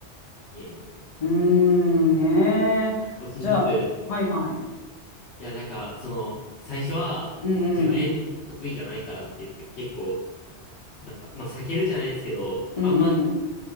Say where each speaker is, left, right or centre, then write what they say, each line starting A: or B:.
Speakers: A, on the left (about 70°); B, on the left (about 40°).
A: いえいえも
B: うーん、ねえ。
A: う、少しずつ、
B: じゃあ、
A: い
B: はいはい。
A: や、なんかその、最初は自分英語得意じゃないからって言って結構、
B: うんうん。
A: なんか、まあ避けるじゃないですけど、
B: うんうん。
A: あんま